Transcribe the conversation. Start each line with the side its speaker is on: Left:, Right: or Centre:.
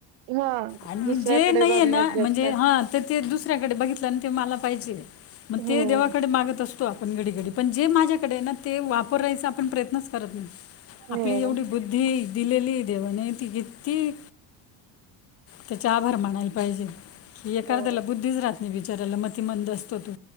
Right: हा
Left: आणि
Right: दुसऱ्याकडे
Left: जे नाहीये
Right: बघण्यात
Left: ना
Right: जास्त
Left: म्हणजे हा ते दुसऱ्याकडे बघितलं आणि ते मला पाहिजे. मग
Right: हो.
Left: ते देवाकडे मागत अस पण घडी घडी पण जे माझ्याकडे ना ते वापरायचा आपण प्रयत्नच करत नाही. आपली
Right: हो.
Left: एवढी बुद्धी दिलेली देवाने ती किती त्याचे आभार मानायला पाहिजे. एखाद्याला
Right: हो.
Left: बुद्धीच राहत नाही बिचाऱ्याला मती मंद असतो तो